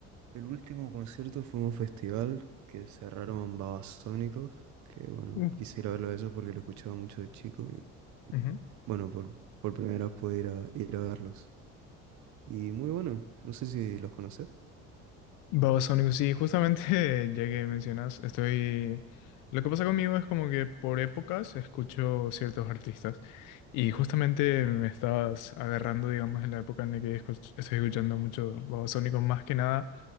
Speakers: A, on the right (about 60°); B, on the left (about 75°).
A: El último concierto fue un festival que cerraron Babasónicos, que bueno,
B: Mm.
A: quise ir a verlo de ellos porque lo escuchaba mucho de chico y
B: Ujú.
A: bueno, por, por primera vez pude ir a, ir a verlos. Y muy bueno, no sé si los conoces.
B: Babasónicos, sí, justamente <laughs> ya que mencionas, estoy... Lo que pasa conmigo es como que por épocas escucho ciertos artistas y justamente me estabas agarrando, digamos, en la época en la que escuch- estoy escuchando mucho Babasónicos, más que nada